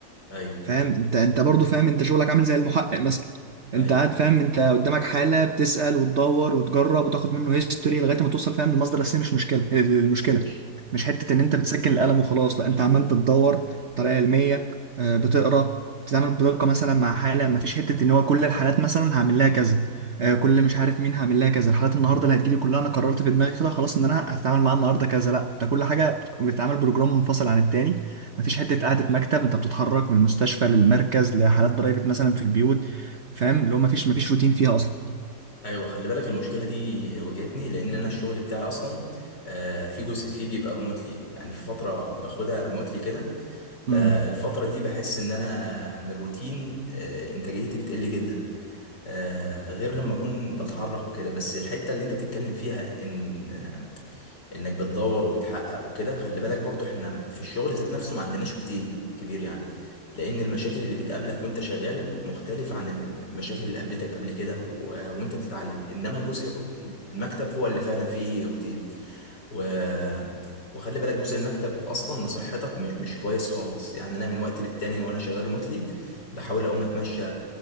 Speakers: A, on the left; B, on the right.
A: ايوه
B: فاهم انت انت برضو فاهم انت شغلك عامل زي المحقق مثلا
A: ايوه
B: انت قاعد فاهم انت قدامك حالة بتسأل وتدور وتجرب وتاخد منه هيستوري لغاية ما توصل فاهم للمصدر الأساسي مش مشكلة المشكلة مش حتة ان انت بتسكن القلم وخلاص لا انت عمال بتدور بطريقة علمية آه، بتقرا بتتعامل بدقة مثلا مع حالة ما فيش حتة ان هو كل الحالات مثلا هعمل لها كذا آه، كل مش عارف مين هعمل لها كذا الحالات النهارده اللي هتجيلي كلها انا قررت في دماغي كده خلاص ان انا هتعامل معاها النهارده كذا لا ده كل حاجة بتتعامل بروجرام منفصل عن التاني مفيش حته قعده مكتب انت بتتحرك من المستشفى للمركز لحالات برايفت مثلا في البيوت فاهم اللي هو مفيش مفيش روتين فيها اصلا
A: ايوه خلي بالك المشكله دي واجهتني لان انا الشغل بتاعي اصلا آه، في جزء فيه بيبقى ريموتلي يعني في فتره باخدها ريموتلي كده فالفتره
B: امم
A: دي بحس ان انا من الروتين آه، انتاجيتي بتقل جدا آه، غير لما اكون بتحرك وكده بس الحته اللي انت بتتكلم فيها ان انك بتدور وبتحقق وكده خلي بالك برضو احنا في الشغل ذات نفسه ما عندناش روتين كبير يعني لان المشاكل اللي بتقابلك وانت شغال مختلفة عن المشاكل اللي قابلتك قبل كده و... وانت بتتعلم انما جزء الروت- المكتب هو اللي فعلا فيه روتين و... وخلي بالك جزء المكتب اصلا لصحتك مش مش كويس خالص يعني انا من وقت للتاني وانا شغال ريموتلي بحاول اقوم اتمشى